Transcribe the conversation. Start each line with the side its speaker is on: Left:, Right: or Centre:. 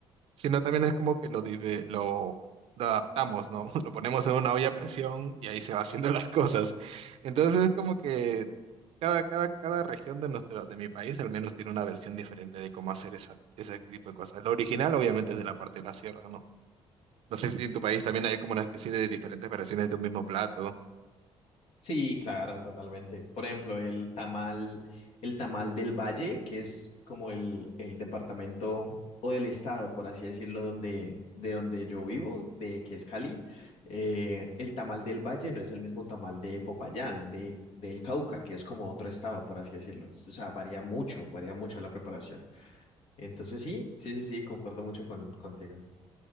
Right: sino también es como que lo, dive- lo, lo adaptamos, ¿no? <laughs> Lo ponemos en una olla a presión y ahí se va haciendo las cosas. Entonces es como que cada, cada, cada región de nuestro, de mi país al menos tiene una versión diferente de cómo hacer esa, ese tipo de cosas. Lo original obviamente es de la parte de la sierra, ¿no? No sé si en tu país también hay como una especie de diferentes versiones de un mismo plato.
Left: Sí, claro, totalmente. Por ejemplo, el tamal, el tamal del Valle, que es como el, el departamento o del estado, por así decirlo, donde, de donde yo vivo, de que es Cali, eh, el tamal del Valle no es el mismo tamal de Popayán, de, del Cauca, que es como otro estado, por así decirlo. O sea, varía mucho, varía mucho la preparación. Entonces, sí, sí, sí, sí, concuerdo mucho con, contigo.